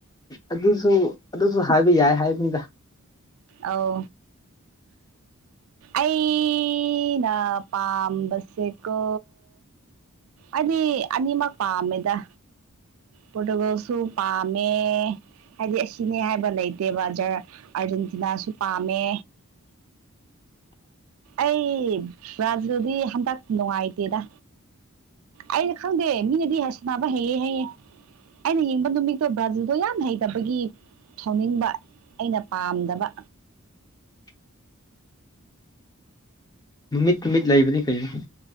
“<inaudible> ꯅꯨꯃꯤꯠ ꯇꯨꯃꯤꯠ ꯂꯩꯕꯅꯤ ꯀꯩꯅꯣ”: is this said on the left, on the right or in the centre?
Left